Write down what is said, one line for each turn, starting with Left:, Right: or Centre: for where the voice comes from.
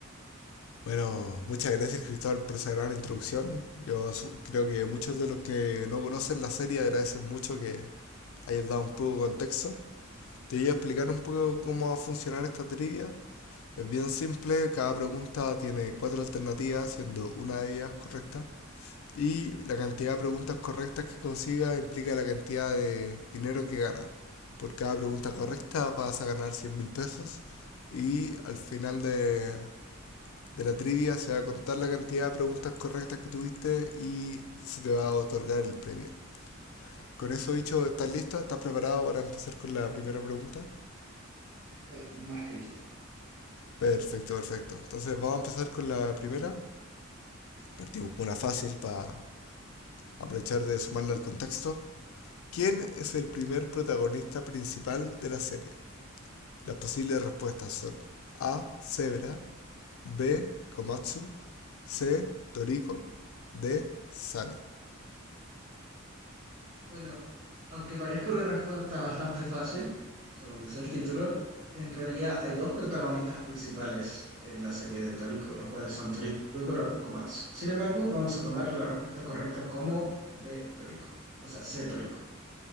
Left: Bueno, muchas gracias Cristóbal por esa gran introducción. Yo creo que muchos de los que no conocen la serie agradecen mucho que hayas dado un poco de contexto. Te voy a explicar un poco cómo va a funcionar esta trivia. Es bien simple, cada pregunta tiene cuatro alternativas, siendo una de ellas correcta. Y la cantidad de preguntas correctas que consiga implica la cantidad de dinero que gana. Por cada pregunta correcta vas a ganar cien mil pesos y al final de, de la trivia se va a contar la cantidad de preguntas correctas que tuviste y se te va a otorgar el premio. Con
Right: Perfecto.
Left: eso dicho, ¿estás listo? ¿Estás preparado para empezar con la primera pregunta?
Right: Estoy más que listo.
Left: Perfecto, perfecto. Entonces vamos a empezar con la primera. Partimos con una fácil para aprovechar de sumarla al contexto. ¿Quién
Right: Perfecto.
Left: es el primer protagonista principal de la serie? Las posibles respuestas son A. Zebra B. Komatsu C. Toriko D. Sane
Right: Bueno, aunque parezca una respuesta bastante fácil, según dice el título, en realidad hay dos protagonistas principales en la serie de Toriko, los cuales son Toriko y Koro- Komatsu. Sin embargo, vamos a tomar la respuesta correcta como B Toriko, o sea, C Toriko.